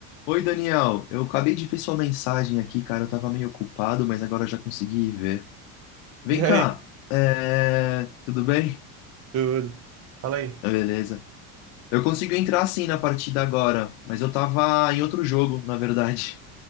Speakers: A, on the left (about 75°); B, on the right (about 35°).
A: Oi, Daniel. Eu acabei de ver sua mensagem aqui, cara. Eu tava meio ocupado, mas agora eu já consegui ver. Vem
B: E
A: cá.
B: aí,
A: É... Tudo bem?
B: tudo? Fala aí.
A: Ah, Beleza. Eu consigo entrar sim na partida agora, mas eu tava em outro jogo, na verdade.